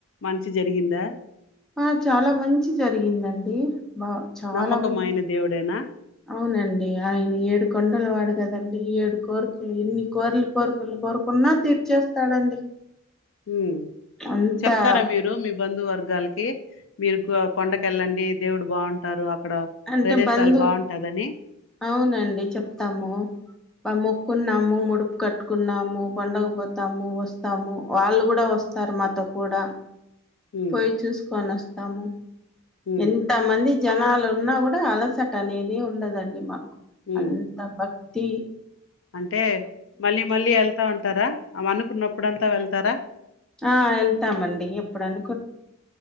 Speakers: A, on the left; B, in the centre.
A: మంచి జరిగిందా
B: ఆ చాలా మంచి జరిగిందండి. బా చాలా
A: నమ్మకమైన
B: మంచి
A: దేవుడునా
B: అవునండి ఆయన ఏడు కొండల వాడు కదండి. ఏడు కోరికలు ఇన్ని కోరలు కోరికలు కోరుకున్నా తీర్చేస్తాడండి.
A: ఉమ్
B: అంతా
A: చెప్తారా మీరు మీ బంధు వర్గాలకి మీరు కొండకి వెళ్ళండి దేవుడు బాగుంటారు అక్కడ
B: అంటే
A: ప్రదేశాలు
B: బంధువు
A: బాగుంటాదని
B: అవునండి చెప్తాము. మొక్కున్నాము ముడుపు కట్టుకున్నాము. కొండకుపోతాము. వస్తాము వాళ్ళు కూడా వస్తారు మాతో కూడా
A: ఉమ్
B: పోయి చూసుకొని వస్తాము.
A: ఉమ్
B: ఎంత మంది జనాలు ఉన్నా కూడా అలసట అనేదే ఉండదండి మా
A: ఉమ్
B: అంత భ తీ
A: అంటే మళ్ళీ మళ్ళీ ఎళ్తా ఉంటారా అమే అనుకున్నప్పుడంత వెళ్తారా
B: ఆ ఎళ్తామండి ఎప్పుడను